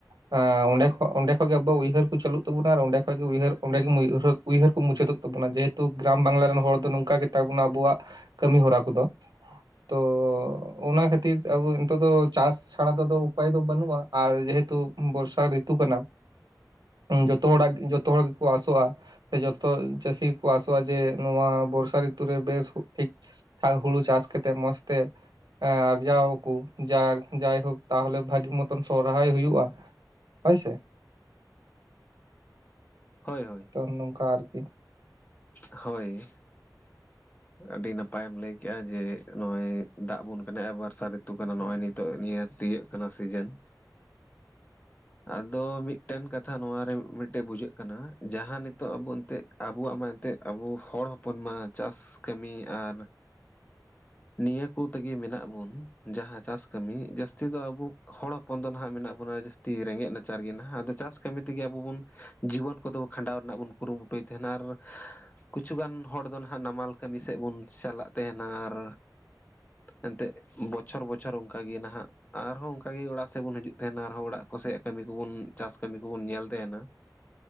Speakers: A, on the right (about 75°); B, on the left (about 20°).
A: ᱟ ᱚᱸᱰᱮ ᱠᱷᱚᱱ ᱚᱸᱰᱮ ᱠᱷᱚᱡ ᱜᱮ ᱟᱵᱚᱣᱟᱜ ᱩᱭᱦᱟᱹᱨ ᱠᱚ ᱪᱟᱹᱞᱩᱜ ᱛᱟᱵᱚᱱᱟ ᱟᱨ ᱚᱸᱰᱮ ᱠᱷᱚᱡ ᱜᱮ ᱩᱭᱦᱟᱹᱨ ᱚᱸᱰᱮ ᱜᱮ ᱩᱭᱦᱟᱹᱨ-ᱟ ᱩᱭᱦᱟᱹᱨ ᱠᱚ ᱢᱩᱪᱟᱹᱫᱚᱜ ᱛᱟᱵᱚᱱᱟ ᱡᱮᱦᱮᱛᱩ ᱜᱮᱨᱟᱢ ᱵᱟᱝᱞᱟ ᱨᱮᱱ ᱦᱚᱲ ᱫᱚ ᱱᱚᱝᱠᱟ ᱜᱮᱛᱟᱵᱚᱱᱟ ᱟᱵᱚᱣᱟᱜ ᱠᱟᱹᱢᱤ ᱦᱚᱨᱟ ᱠᱚᱫᱚ ᱛᱚ ᱚᱱᱟ ᱠᱷᱟᱹᱛᱤᱨ ᱟᱵᱚ ᱱᱤᱛᱚᱜ ᱫᱚ ᱪᱟᱥ <unintelligible> ᱟ ᱪᱟᱲᱟ ᱛᱮᱫᱚ ᱩᱯᱟᱭ ᱫᱚ ᱵᱟᱹᱱᱩᱜᱼᱟ ᱟᱨ ᱡᱮᱦᱮᱛᱩ ᱵᱚᱨᱥᱟ ᱨᱤᱛᱩ ᱠᱟᱱᱟ ᱡᱚᱛ ᱦᱚᱲᱟᱜ ᱡᱚᱛ ᱦᱚᱲ <unintelligible> ᱠᱚ ᱟᱥᱚᱜᱼᱟ ᱡᱚᱛᱚ ᱪᱟᱹᱥᱤᱠᱚ ᱟᱥᱚᱜᱼᱟ ᱡᱮ ᱱᱚᱣᱟ ᱵᱚᱨᱥᱟ ᱨᱤᱛᱩ ᱨᱮ ᱵᱮᱥ ᱴᱷᱤᱠ ᱦᱩᱲᱩ ᱪᱟᱥ ᱠᱟᱛᱮᱜ ᱢᱚᱸᱡᱽ ᱛᱮ ᱟᱨᱡᱟᱳ ᱟᱠᱚ ᱡᱟ ᱡᱟᱭᱦᱳᱠ ᱛᱟᱦᱚᱞᱮ ᱵᱷᱟᱹᱜᱤ ᱢᱚᱛᱚᱱ ᱥᱚᱨᱦᱟᱭ ᱦᱩᱭᱩᱜᱼᱟ ᱦᱳᱭᱥᱮ
B: ᱦᱳᱭ ᱦᱳᱭ
A: ᱛ ᱱᱚᱝᱠᱟ ᱟᱨᱠᱤ
B: ᱦᱳᱭ ᱟᱹᱰᱤ ᱱᱟᱯᱟᱭᱮᱢ ᱞᱟᱹᱭ ᱠᱮᱫᱼᱟ ᱡᱮ ᱱᱚᱜ ᱚᱚᱭ ᱫᱟᱜ ᱵᱚᱱ ᱠᱟᱱᱟ ᱵᱚᱨᱥᱟ ᱨᱤᱛᱩ ᱠᱟᱱᱟ ᱱᱚᱜ ᱚᱚᱭ ᱱᱤᱛᱚᱜ ᱱᱤᱭᱟᱹ ᱛᱤᱭ ᱠᱟᱱᱟ ᱥᱤᱡᱮᱱ ᱟᱫᱚ ᱢᱤᱫᱴᱮᱱ ᱠᱟᱛᱷᱟ ᱱᱚᱣᱟ ᱨᱮ ᱢᱤᱫᱴᱮᱱ ᱵᱩᱡᱷᱟᱹᱜ ᱠᱟᱱᱟ ᱡᱟᱦᱟᱸ ᱱᱤᱛᱚᱜ ᱟᱵᱚ ᱮᱱᱛᱮᱫ ᱟᱵᱚᱣᱟᱜ ᱢᱟ ᱢᱱᱛᱮᱫ ᱟᱵᱚ ᱦᱚᱲ ᱦᱚᱯᱚᱱ ᱢᱟ ᱪᱟᱥ ᱠᱟᱹᱢᱤ ᱟᱨ ᱱᱤᱭᱟᱹ ᱠᱚ ᱛᱮᱜᱮ ᱢᱮᱱᱟᱜ ᱵᱩᱱ ᱡᱟᱦᱟᱸ ᱪᱟᱥ ᱠᱟᱹᱢᱤ ᱡᱟᱹᱥᱛᱤ ᱫᱚ ᱟᱵᱚ ᱦᱚᱲ ᱦᱚᱯᱚᱱ ᱫᱚ ᱱᱟᱦᱟᱜ ᱢᱮᱱᱟᱜ ᱵᱚᱱᱟ ᱡᱟᱹᱥ ᱛᱤ ᱨᱮᱸᱜᱮᱡ ᱱᱟᱪᱟᱨ ᱜᱮ ᱱᱟᱦᱟᱜ, ᱟᱫᱚ ᱪᱟᱥ ᱠᱟᱹᱢᱤ ᱛᱮᱜᱮ ᱟᱵᱚ ᱵᱚᱱ ᱡᱤᱭᱚᱱ ᱠᱚᱫᱚ ᱠᱷᱟᱸᱰᱟᱣ ᱨᱮᱱᱟᱜ ᱵᱚᱱ ᱠᱩᱨᱩᱢᱩᱴᱩᱭ ᱛᱟᱦᱮᱱᱟ ᱾ ᱟᱨ ᱠᱤᱪᱷᱩᱩᱜᱟᱱ ᱦᱚᱲ ᱫᱚ ᱱᱟᱦᱟᱸᱜ ᱱᱟᱢᱟᱞ ᱠᱟᱹᱢᱤ ᱥᱮᱫ ᱵᱚᱱ ᱪᱟᱞᱟᱜ ᱛᱟᱦᱮᱱᱟ, ᱟᱨ ᱮᱱᱛᱮᱜ ᱵᱚᱪᱷᱚᱨ ᱵᱚᱪᱷᱚᱨ ᱚᱱᱠᱟ ᱜᱮ ᱱᱟᱦᱟᱜ ᱟᱨᱦᱚᱸ ᱚᱱᱠᱟᱜ ᱜᱮ ᱚᱲᱟᱜ ᱥᱮᱫ ᱵᱚᱱ ᱦᱤᱡᱩᱜ ᱛᱟᱦᱮᱱᱟ ᱟᱨᱦᱚᱸ ᱚᱲᱟᱜ ᱠᱚᱥᱮ-ᱟᱜ ᱠᱟᱹᱢᱤ ᱠᱚᱵᱚᱱ ᱪᱟᱥ ᱠᱟᱹᱢᱤ ᱠᱚᱵᱚᱱ ᱧᱮᱞ ᱛᱟᱦᱮᱱᱟ ᱾